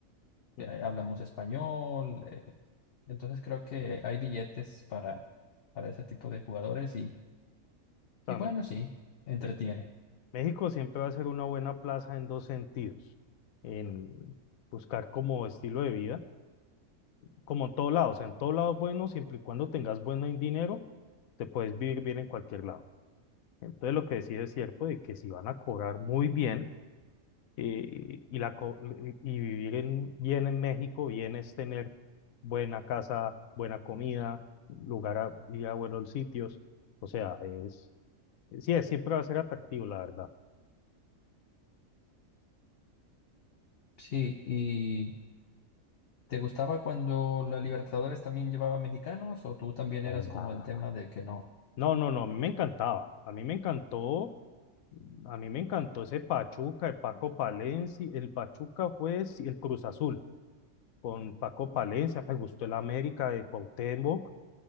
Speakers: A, on the left; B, on the left.
A: Mm,
B: eh,
A: o
B: hablamos español, eh, entonces creo que hay billetes para, para ese tipo de jugadores y,
A: sea,
B: y bueno, sí, entretiene.
A: me- México siempre va a ser una buena plaza en dos sentidos, en buscar como estilo de vida, como en todo lado, o sea, en todo lado es bueno, siempre y cuando tengas buen dinero, te puedes vivir bien en cualquier lado. Entonces lo que decía es cierto de que si van a cobrar muy bien eh, y, la, co- y vivir en- bien en México, bien es tener buena casa, buena comida, lugar a, ir a buenos sitios, o sea, es, sí, es- siempre va a ser atractivo, la verdad.
B: Sí, y... ¿Te gustaba cuando la Libertadores también llevaba mexicanos o tú también
A: Calma.
B: eras como el tema de que no?
A: No, no, no, a mí me encantaba. A mí me encantó, a mí me encantó ese Pachuca, el Paco Palencia, el Pachuca fue sí, el Cruz Azul con Paco Palencia, me gustó el América de Cuauhtémoc,